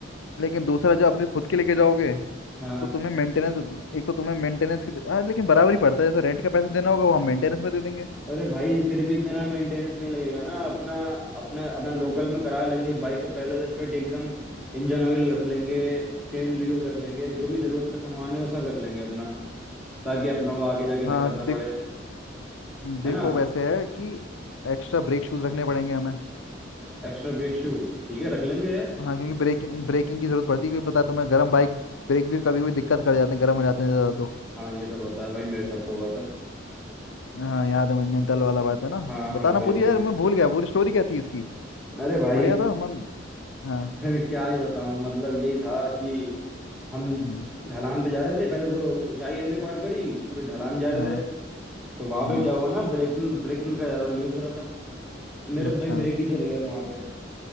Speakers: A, on the left; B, in the centre.
A: लेकिन दूसरा जो अपनी खुद की लेके जाओगे
B: हाँ
A: तो तुम्हें मेंटेनेंस एक तो तुम्हें मेंटेनेंस की हाँ लेकिन बराबर ही पड़ता है जैसे रेंट का पैसे देना होगा वो हम मेंटेनेंस में दे देंगे
B: अरे भाई फिर भी इतना मेंटेनेंस नहीं लगेगा ना अपना अपना अपना लोकल में करा लेंगे बाइक को पहले से फिट एकदम इंजन ऑयल रख लेंगे चेन ल्यूब रख लेंगे जो भी जरूरत का सामान है वो सब रख लेंगे अपना ताकि अपना को आगे जाके
A: हाँ
B: दिक्कत ना
A: देख
B: पड़े
A: देखो
B: है ना
A: वैसे है कि एक्स्ट्रा ब्रेक शूज रखने पड़ेंगे हमें
B: Extra brake shoe ठीक है रख लेंगे
A: हाँ क्योंकि ब्रेकिंग ब्रेकिंग की जरूरत पड़ती है क्योंकि पता है तुम्हें गर्म बाइक ब्रेक भी कभी कभी दिक्कत कर जाते हैं गर्म हो जाते हैं ज़्यादा तो
B: हाँ ये तो होता है भाई मेरे साथ तो हुआ था
A: हाँ याद है मुझे नैनीताल वाला बात है ना
B: हाँ
A: बताना
B: हाँ वही
A: पूरी
B: वही
A: यार मैं भूल गया पूरी स्टोरी क्या थी इसकी
B: अरे भाई
A: बढ़िया था मन हाँ
B: फिर क्या ही बताऊं मतलब यही था कि हम
A: हम्म
B: ढलान पे जा रहे थे पहले तो ऊंचाई हमने पार करी फिर ढलान जा रहे
A: हाँ
B: थे तो वहां
A: हम्म
B: पे क्या हुआ ना ब्रेकिंग ब्रेकिंग का ज्यादा यूज हो रहा था तो मेरे
A: अच्छा
B: भाई ब्रेक ही चल गया था वहां पे